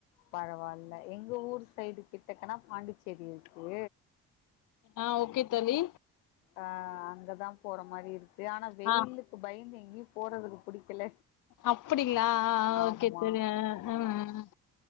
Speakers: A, on the left; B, on the left.
A: பரவால்ல எங்க ஊர் சைடு கிட்டக்கனா பாண்டிச்சேரி இருக்கு
B: ஆ ஓகே தோழி
A: ஆ அங்கதா போற மாரி இருக்கு ஆனா வெயிலுக்கு
B: ஆ
A: பயந்து எங்கயு போறதுக்கு புடிக்கல
B: அப்படிங்ளா அ அ
A: ஆமா
B: ஓகே தோழி அ ம் ம்